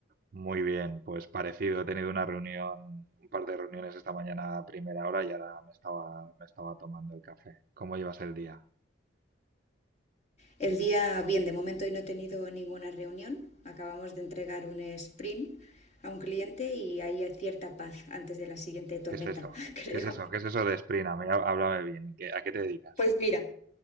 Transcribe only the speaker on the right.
Muy bien, pues parecido, he tenido una reunión, un par de reuniones esta mañana a primera hora y ahora me estaba, me estaba tomando el café. ¿Cómo llevas el día?
¿Qué es eso?
¿Qué es eso? ¿Qué es eso de Sprint? A mí, há- háblame bien. ¿Qué- ¿A qué te dedicas?